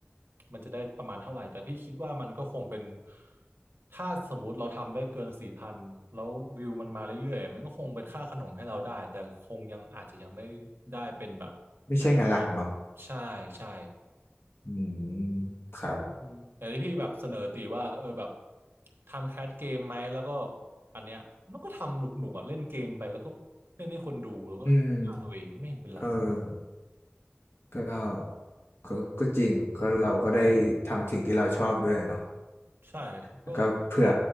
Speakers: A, on the right; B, on the left.
A: มันจะได้ประมาณเท่าไหร่แต่พี่คิดว่ามันก็คงเป็นถ้าสมมุติเราทำได้เกินสี่พันแล้ววิวมันมาเรื่อยๆมันก็คงเป็นค่าขนมให้เราได้แต่คงยังอาจจะยังไม่ได้เป็นแบบอ่ะ
B: ไม่ใช่งานหลักเนาะ
A: ใช่ใช่
B: อืมครับ
A: อืมอย่างที่พี่แบบเสนอตีว่าเออแบบทำแคสเกมไหมแล้วก็อันเนี้ยมันก็ทำหนุกๆอ่ะเล่นเกมไปแล้วก็เล่นให้คนดูแล้วก็เห็นหน้าตัวเองไม่เห็นเป็นไร
B: อืมเออก็ก็ก็จริงก็เราก็ได้ทำสิ่งที่เราชอบด้วยเนาะ
A: ใช่ก็
B: แล้วก็เผื่อ